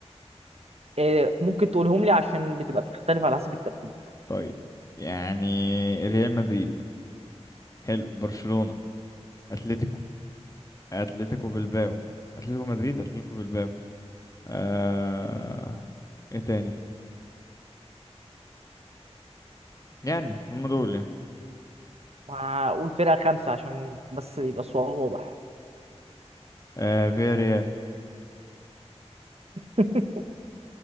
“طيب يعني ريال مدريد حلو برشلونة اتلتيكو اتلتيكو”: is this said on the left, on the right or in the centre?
Left